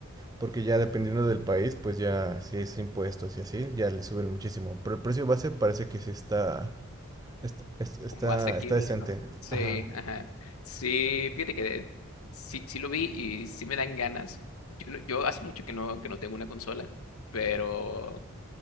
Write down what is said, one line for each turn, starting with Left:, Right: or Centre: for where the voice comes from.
Right: Porque ya dependiendo del país, pues ya si es impuestos y así, ya le suben muchísimo. Pero el precio base parece que sí está, está, es- está,
Left: como asequible,
Right: está decente.
Left: ¿no? Sí,
Right: Ajá.
Left: ajá. Sí, fíjate que sí, sí lo vi y sí me dan ganas. Yo, no- yo hace mucho que no, que no tengo una consola, pero